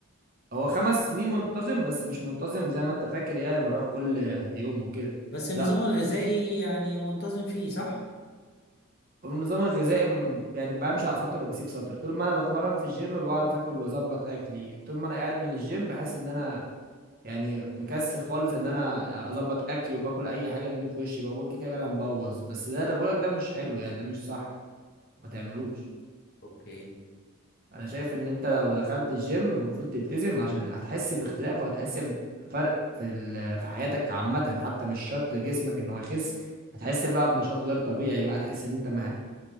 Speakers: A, on the right; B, on the left.
A: هو خمس سنين منتظم بس مش منتظم زي ما انت فاكر يعني بروح كل يوم وكده
B: بس النظام
A: لا
B: الغذائي يعني منتظم فيه صح؟
A: النظام الغذائي م- يعني بمشي على سطر وبسيب سطر طول ما انا بتمرن في الجيم بعرف اكل واظبط اكلي طول ما انا قاعد من الجيم بحس ان انا يعني مكسل خالص ان انا اظبط اكلي وباكل اي حاجه تاكل في وشي بقول كده كده انا مبوظ بس ده اللي بقولك ده مش حلو يعني ده مش صح ما تعملوش
B: اوكي
A: انا شايف ان انت لو دخلت الجيم المفروض تلتزم عشان هتحس باختلاف وهتحس بفرق في ال... في حياتك عامة حتى مش شرط جسمك ان هو يخس هتحس بقى بنشاط غير طبيعي بقى هتحس ان انت مه...